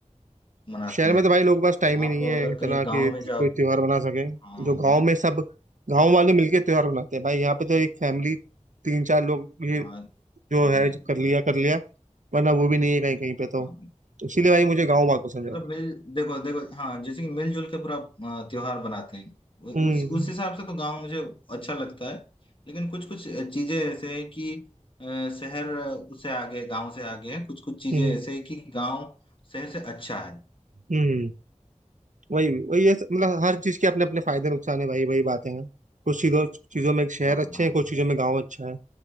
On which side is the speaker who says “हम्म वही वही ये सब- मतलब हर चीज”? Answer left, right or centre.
Right